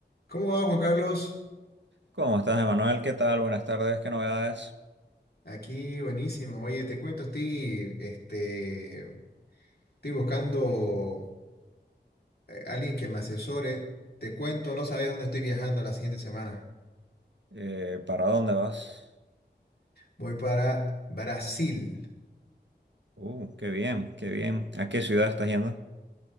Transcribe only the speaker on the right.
¿Cómo estás, Emanuel? ¿Qué tal? Buenas tardes, ¿qué novedades?
Eh, ¿para dónde vas?
Uh, qué bien, qué bien. ¿A qué ciudad estás yendo?